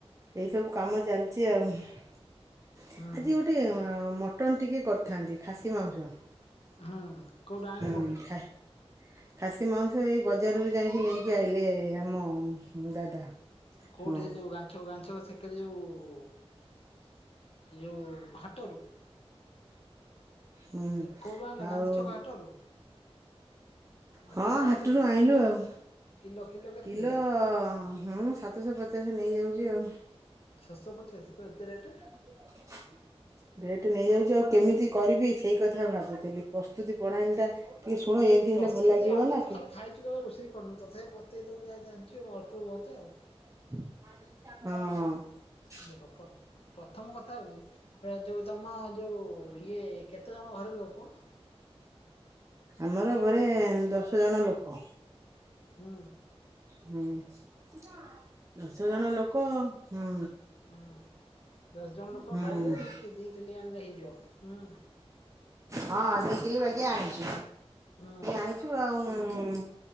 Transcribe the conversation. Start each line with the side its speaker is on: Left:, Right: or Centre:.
Right: ଏଇ ସବୁ କାମ ଚାଲିଛି ଆଉ। ଆଜି
Left: ହୁଁ
Right: ଗୋଟେ ମଟନ ଟିକେ କରିଥାନ୍ତି ଖାସି ମାଂସ।
Left: ହୁଁ କୋଉଠୁ ଆଣିଲୁ
Right: ହୁଁ
Left: କୋଉଠି।
Right: ଖା ଖାସି ମାଉଁସ ଏଇ ବଜାରରୁ ଯାଇକି ନେଇକି ଆଇଲେ ଆମ ଦାଦା।
Left: କୋଉଠି
Right: ହଁ
Left: ସେ ଯୋଉ ଗାଛ ଗାଛ ସେକରେ ଯୋଉ ସେ ଯୋଉ ହାଟରୁ।
Right: ହୁଁ
Left: କୋଉଠୁ ଆଣିଲ
Right: ଆଉ
Left: ଗାନ୍ଧୀ ଛକ ହାଟରୁ
Right: ହଁ
Left: କିଲୋ
Right: ହାଟରୁ
Left: କେତେ
Right: ଆଣିଲୁ ଆଉ
Left: କିଲୋ କେତେ
Right: କିଲୋ
Left: ଥିଲା?
Right: ହଁ ସାତଶହ ପଚାଶ ନେଇଯାଉଛି ଆଉ
Left: ଛଅଶହ ପଚାଶ କଣ ଏତେ ରେଟ?
Right: <inaudible> ରେଟ୍ ନେଇଯାଉଛି ଆଉ କେମିତି କରିବି ସେଇ କଥା ଭାବୁଥିଲି ପ୍ରସ୍ତୁତି ପ୍ରଣାଳୀ ଟା। ଟିକେ ଶୁଣ ଏମିତି
Left: ପ୍ରସ୍ତୁତି
Right: ହେଲେ ଭଲ ଲାଗିବ
Left: ଆମେ
Right: ନା
Left: ତ
Right: କି
Left: ଖାଲି ଖାଇଛୁ କେବେ ରୋଷେଇ କରୁନୁ ତଥାପି ବତେଇ ଦବୁ ଯା ଜାଣିଛୁ ଅଳ୍ପ ତୋତେ ଆଉ।
Right: ହଁ।
Left: ହବ। ପ୍ରଥମ କଥା ହେଉଛି ଯେଉଁ ତୁମ ଯେଉଁ ଇଏ କେତେଜଣ ଘର ଲୋକ?
Right: ଆମର ଘରେ ଦଶ ଜଣ ଲୋକ।
Left: ହୁଁ।
Right: ହୁଁ ଦଶ ଜଣ ଲୋକ ହୁଁ।
Left: ହଁ ଦଶ ଜଣ ଲୋକ
Right: ହୁଁ
Left: ଖାଇଲେ ଦି କିଲି ଆଣିଲେ ହେଇଯିବ ହୁଁ।
Right: ହଁ ଦ କିଲେ ବାଗି ଆଣିଛୁ
Left: ହୁଁ
Right: ଆଣିଛୁ ଆଉ